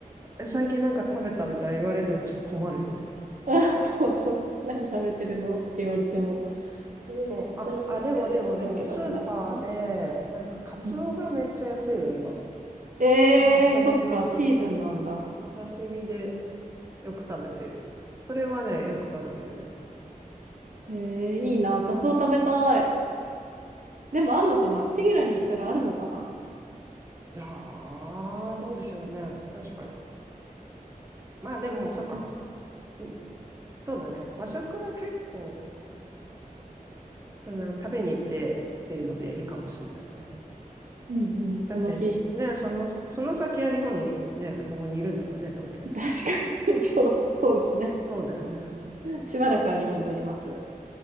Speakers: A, on the right; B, on the right.
A: え、最近なんか食べたみたいに言われてもちょっと困るよね。
B: <laughs> あ、そうそう。何食べてるのって言われても。えーっと、
A: そう、あ、あ、
B: って東京だとなるのね。
A: でもでもでも、スーパーで、なんかカツオがめっちゃ安いの、
B: うん。
A: 今。
B: えー、
A: なんかそういう時期、
B: そっか、シーズンなんだ。
A: お、お刺身でよく食べてる。それはね、よく食べてるね。
B: えー、いいな、カツオ食べたい。でもあんのかなチギラに行ったらあるのかな
A: いやー、どうでしょうね。確かに。まあでも、そっか。
B: うん
A: うんそうだね。和食は結構、その、食べに行ってっていうのでいいかもしれないね。
B: うんうん、
A: だってね、
B: その日。
A: その、その先は日本にね、ここにいるんだもんね、東京に。
B: <laughs> 確かに、<laughs> そう、そうですね。
A: そうだよね。
B: しばらくは日本におります。